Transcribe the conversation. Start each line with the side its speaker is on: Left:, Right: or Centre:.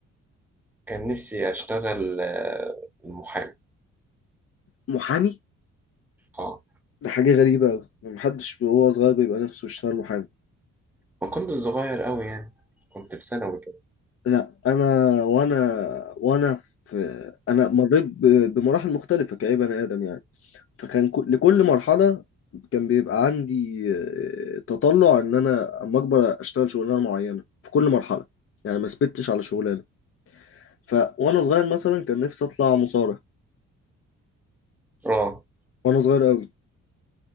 Centre: كان نفسي أشتغل آه، محامي
Left: محامي
Centre: اه
Left: ده حاجه غريبه قوي محدش وهو صغير بيبقى نفسه يشتغل محامي
Centre: ما كنت صغير أوي يعني كنت في ثانوي كده
Left: لا انا وانا وانا في انا مريت ب- بمراحل مختلفه كأي بني ادم يعني فكان كل- لكل مرحلة كان بيبقى عندي آه، تطلع ان انا اما اكبر اشتغل شغلانة معينة في كل مرحلة يعني ما ثبتش على شغلانة ف وانا صغير مثلا كان نفسي اطلع مصارع
Centre: اه
Left: وانا صغير قوي